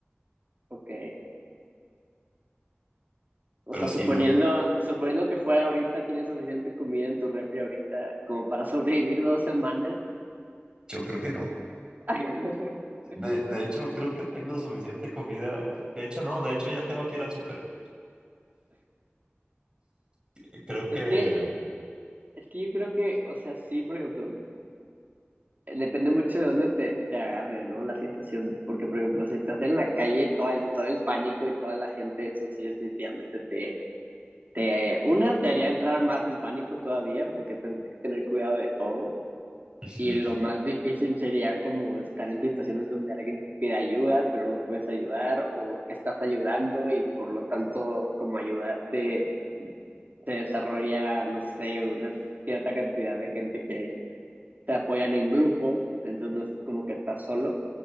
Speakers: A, on the right; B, on the right.
A: Ok. O
B: Pero
A: sea,
B: sí,
A: suponiendo,
B: no,
A: suponiendo que fuera ahorita, tienes suficiente comida en tu refri ahorita como para sobrevivir dos semanas.
B: yo creo que no.
A: <laughs>
B: De, de hecho, creo que tengo suficiente comida. De de hecho, no, de hecho ya tengo que ir al súper. Eh, Creo que...
A: Es que, es que yo creo que, o sea, sí, por ejemplo, eh, depende mucho de dónde te, te agarre, ¿no? La situación. Porque, por ejemplo, si estás en la calle, todo el, todo el pánico y toda la gente, eso sí, definitivamente te, te, una, te haría entrar más en pánico todavía, porque tendrías que tener cuidado de todo.
B: Ujú,
A: Y lo más difícil sería como estar en situaciones donde alguien te pide ayuda, pero no puedes ayudar o que estás ayudando y por lo tanto, como ayudaste, se desarrolla, no sé, una cierta cantidad de gente que te apoyan en grupo, entonces no es como que estás solo,